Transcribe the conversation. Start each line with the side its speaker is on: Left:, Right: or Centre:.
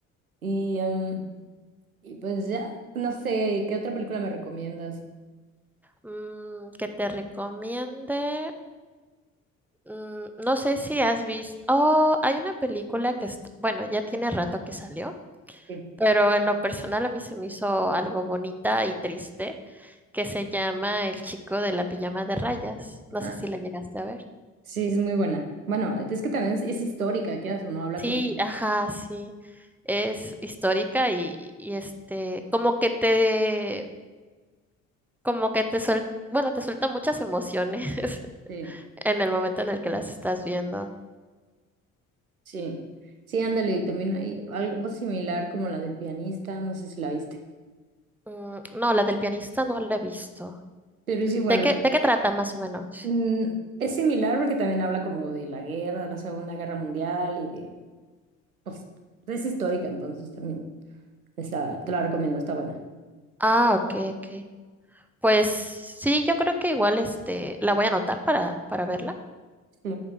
Right: y, em, y pues ya, no sé, ¿qué otra película me recomiendas?
Centre: Mm, que te recomiende. Mm, no sé si has visto. Oh, hay una película que, est- bueno, ya tiene rato que salió,
Right: Sí,
Centre: pero en lo personal a mí se me hizo algo bonita y triste. que se llama El chico de la pijama de rayas. No
Right: Ah,
Centre: sé si la llegaste a ver.
Right: sí, es muy buena. Bueno, es que también es, es histórica, quieras o no, habla
Centre: Sí,
Right: como...
Centre: ajá, sí. Es histórica y, y, este, como que te, como que te suelta, bueno, te suelta muchas emociones <laughs>
Right: sí
Centre: en el momento en el que las estás viendo.
Right: Sí, sí, ándale, también hay algo similar como la del pianista, no sé si la viste,
Centre: Mm, no, la del pianista no la he visto.
Right: pero es igual,
Centre: ¿De qué, de qué trata más o menos?
Right: mm, es similar porque también habla como de la guerra, la Segunda Guerra Mundial y de, pues, es histórica, entonces también está, te la recomiendo, está buena.
Centre: Ah, ok, ok. Pues sí, yo creo que igual este, la voy a anotar para, para verla.
Right: Sí.